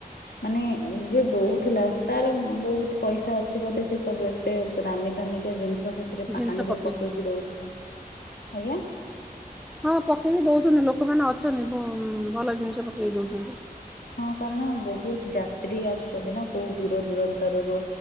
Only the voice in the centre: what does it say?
ଜିନିଷ
ପକେଇ
ହଁ ପକେଇକି ଦଉଛନ୍ତି ଲୋକମାନେ ଅଛନ୍ତି ଭ ଭଲ ଜିନିଷ ପକେଇକି ଦଉଛନ୍ତି।